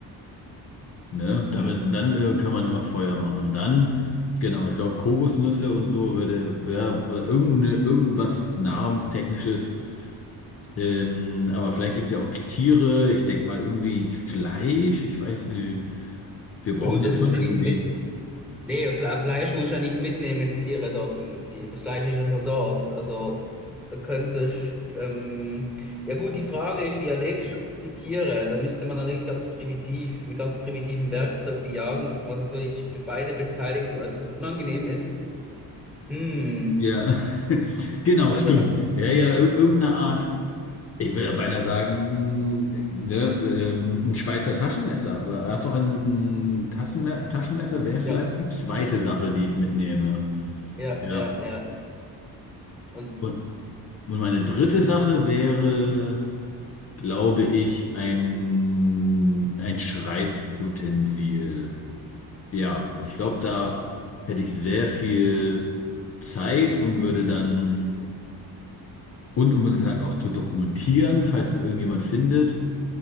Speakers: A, on the left (about 40°); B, in the centre.
A: Ne?
B: Ähm,
A: Damit, und dann äh, kann man immer Feuer machen. Und dann, genau, ich glaube, Kokosnüsse und so würde, ja, oder irgendeine, irgendwas Nahrungstechnisches Ähm, aber vielleicht gibt es ja auch Tiere. Ich denke mal irgendwie Fleisch. Ich weiß, äh, wir brauchen
B: ja gut,
A: ja
B: das
A: schon
B: muss ja
A: irgendwie.
B: nicht mit. Nee, Fle Fleisch muss ja nicht mitnehmen, wenn es Tiere dort gibt. Die, das Fleisch ist ja schon dort. Also da könnte ich, ähm, ja gut, die Frage ist, wie erlegst du die Tiere? Da müsste man dann wirklich ganz primitiv, mit ganz primitivem Werkzeug die jagen, was natürlich für beide Beteiligten äußerst unangenehm ist. Hm.
A: Ja, <laughs> genau,
B: Also,
A: stimmt.
B: <laughs>
A: Ja, ja, ir- irgendeine Art. Ich würde beinahe sagen, mh, ne, ähm, ein Schweizer Taschenmesser oder einfach ein, ein Tassenme Taschenmesser wäre vielleicht
B: ja,
A: die zweite Sache, die ich mitnehme.
B: ja,
A: Ja.
B: ja, ja. Und
A: Und, und meine dritte Sache wäre, glaube ich, ein, ein Schreibutensil. Ja, ich glaube, da hätte ich sehr viel Zeit und würde dann, und um das halt auch zu dokumentieren, falls es irgendjemand findet,